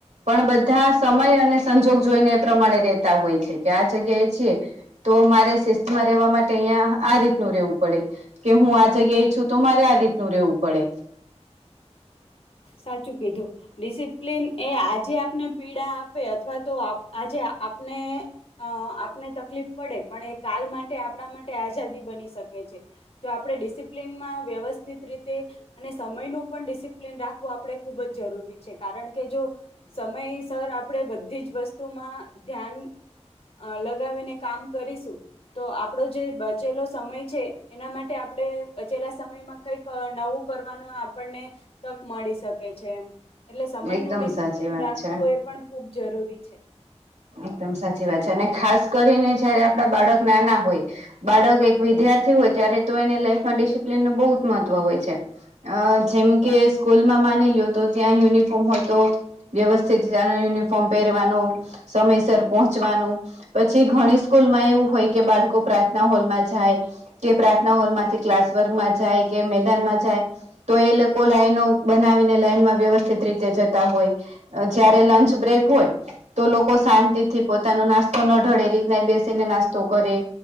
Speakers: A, on the right; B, on the left.
A: પણ બધા સમય અને સંજોગ જોઈને એ પ્રમાણે રતા હોય છે કે આ જગ્યાએ છીએ તો મારે શિસ્તમાં રેવા માટે અહીં આ રીતનું રહેેવું પડે કે હું આ જગ્યાએ છું તો મારે આ રીતનું રહેવું પડે
B: સાચું કીધું ડિસિપ્લિન એ આજે આપને પીડા આપે અથવા તો આજે આપને અ આપને તકલીફ પડે પણ એ કાલ માટે આપણા માટે આઝાદી બની શકે છે જો આપણે ડિસિપ્લિનમાં વ્યવસ્થિત રીતે અને સમયનું પણ ડિસિપ ન રાખવું આપણે ખૂબ જ જરૂરી છે કારણ કે જો સમયસર આપણેે બધી જ વસ્તુમાં ધ્યાન અ લગાવીને કામ કરીશું તો આપડો જે બચેલો સમય છે એના માટે આપણે બચેલા સમયમાં કઈક નવું કરવાનું આપણને તક મળી શકે છે એમ એટલે સમયનું
A: એકદમ
B: ડિસિપ્લિન
A: સાચી વાત
B: રાખવું
A: છે
B: એ પણ ખૂબ જરૂરી છે
A: એકદમ સાચી વાત છે અને ખાસ કરીને જયારે આપડા બાળક નાના હોય બાળક એક વિદ્યાર્થી હોય ત્યારે તો એને લાઈફમાં ડિસિપ્લીિનનું બહુ જ મહત્વ હોય છે અ જેમ કે સ્કૂલમાં માનેલ્યો હતો ત્યાં યુનિફોર્મ હતો વ્યવસ્થિત રીનું યુનિફોર્મ પહેરવાનું સમયસર પહોંચવાનું. પછી ઘણી સ્કૂલમાં એવું હોય કે બાળકો પ્રાર્થના હોલમાં જાય. કે પ્રાર્થના હોલમાંથી ક્લાસ વર્ગમાં જાય કે મેદાનમાં જાય તો એ લોકો લાઈનો બનાવીને લાઈનમાં વ્યવસ્થિત રીતે જતા હોય જયારે લંચ બ્રેક હોય તો લોકો શાંતિ થી પોતાનો નાસ્તો ન ઢળે એ રીતના એ બેસીને નાસ્તો કરે